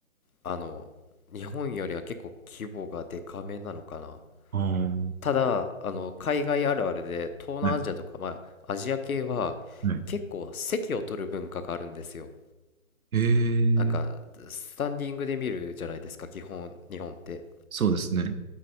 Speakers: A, on the left (about 80°); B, on the right (about 80°).
A: あの日本よりは結構規模がでかめなのかな
B: ああー、
A: ただあの海外あるあるで東南アジアとか、
B: はい。
A: まあ、アジア系は
B: はい。
A: 結構席を取る文化があるんですよ
B: えー、
A: なんかスタンディングで見るじゃないですか基本日本って
B: そうですね。